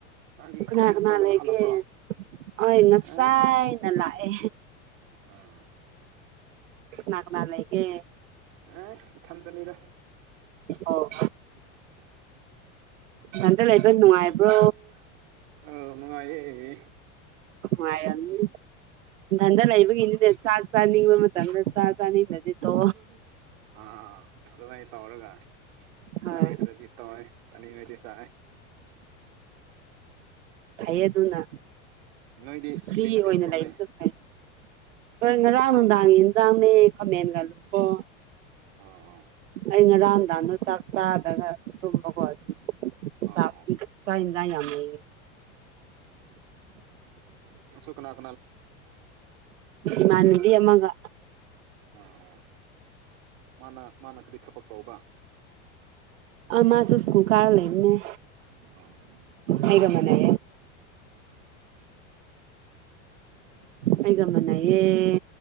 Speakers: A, on the right (about 65°); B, on the right (about 90°).
A: ꯗꯤ
B: ꯀꯅꯥ
A: ꯀꯣꯆꯤꯡ
B: ꯀꯅꯥ
A: ꯆꯠꯂꯒ
B: ꯂꯩꯒꯦ
A: ꯍꯜꯂꯛꯄ꯭ꯔꯣ
B: ꯍꯣꯏ ꯉꯁꯥꯏꯅ
A: ꯑꯦ
B: ꯂꯥꯛꯑꯦ
A: ꯑꯥ
B: ꯀꯅꯥ ꯀꯅꯥ ꯂꯩꯒꯦ
A: ꯑꯦ ꯏ ꯊꯝꯗꯅꯤꯗ
B: ꯑꯣ
A: ꯑꯁꯦ
B: ꯍꯟꯗ ꯂꯩꯕ ꯅꯨꯡꯉꯥꯏꯕ꯭ꯔꯣ
A: ꯑ ꯅꯨꯡꯉꯥꯏꯅꯤ
B: ꯃꯅꯤ ꯟꯗ ꯂꯩꯕ ꯏꯗꯦ ꯆꯥꯛ ꯆꯥꯅꯤꯕꯪ꯭ꯔ ꯆꯥ ꯆꯅꯤ ꯅꯗꯤ ꯇꯣ
A: ꯑꯥ ꯑꯗꯨꯃꯥꯏ ꯇꯧꯔꯒ
B: ꯍꯣꯏ
A: ꯆꯅꯤꯗ꯭ꯔꯖꯤ ꯇꯧꯋꯦ ꯆꯅꯤ ꯃꯗꯤꯁꯦ
B: ꯍꯥꯏꯌꯦ ꯑꯗꯨꯅ
A: ꯅꯣꯏꯗꯤ
B: ꯐ꯭ꯔꯤ
A: ꯀꯔꯤ ꯃꯊꯦꯜ
B: ꯑꯣꯏꯅ
A: ꯊꯣꯡꯉꯦ
B: ꯂꯩꯕ ꯐꯩ ꯉꯔꯥꯡ ꯅꯨꯡ ꯗꯥꯡꯉꯦ ꯇꯥꯡꯅꯦ ꯈꯥꯃꯦꯟꯒꯜꯂꯨꯕꯣ
A: ꯑꯥ ꯑ
B: ꯑꯩ ꯉꯔꯥꯡꯝꯗꯥꯗꯣ ꯆꯥꯛ ꯆꯥꯗꯒ ꯊꯨꯝꯕꯀꯣ ꯑꯗꯨꯗꯤ
A: ꯑꯣ
B: ꯆꯥꯛ ꯆ ꯉꯏꯃꯦ
A: ꯁꯨꯛꯅꯥ
B: ꯏꯃꯥꯟꯅꯕꯤ ꯑꯃꯒ
A: ꯑꯥ ꯑ ꯃꯥꯅ ꯃꯥꯅ ꯈꯗꯤ ꯊꯕꯛ ꯇꯧꯕ
B: ꯑ ꯃꯥꯁꯨ ꯁꯀꯨ ꯀꯥꯔ ꯂꯩꯅꯤꯅꯦ
A: ꯑ
B: ꯍꯕ ꯃꯅꯦ ꯑꯩꯩꯒꯃꯅ ꯌꯦꯦ